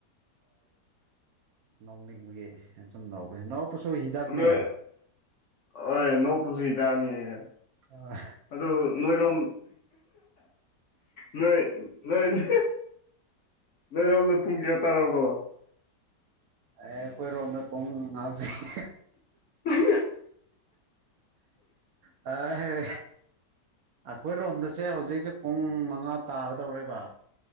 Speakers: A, on the right; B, on the left.
A: ꯅ‌ꫭꯛꯅꯤꯡꯕꯒꯤ ꯁꯨꯝ ꯅ‌ꫭꯛꯄ ꯅꯥꯎꯛꯄꯁꯨ ꯍꯤꯗꯥꯛꯅꯦ
B: ꯅꯣꯏ ꯍꯣꯏ ꯅꯣꯛꯄꯁꯨ ꯍꯤꯗꯥꯥꯛꯅꯤ ꯌ‌ꯦ
A: ꯑꯦ
B: ꯑꯗꯨ ꯅꯣꯏꯔꯣꯝ ꯅꯣꯏ ꯅ‌ꫭꯏ ꯅꯣꯏꯔꯣꯝꯗ ꯄꯨꯡ ꯀꯌꯥ ꯇꯥꯔꯕꯣ
A: ꯑꯦ ꯑꯩꯈꯣꯏꯔꯣꯝꯗ ꯄꯨꯡ ꯉꯥꯎꯁ‌ꯦ
B: <inaudible>
A: ꯎ <unintelligible> ꯑꯍ‌ꯦ ꯑꯩꯈꯣꯏ ꯔꯣꯝꯗꯁꯦ ꯍꯧꯖꯤꯛꯁꯦ ꯄꯨꯡ ꯃꯉꯥ ꯇꯥꯒꯗꯧꯔ‌ꯦꯕ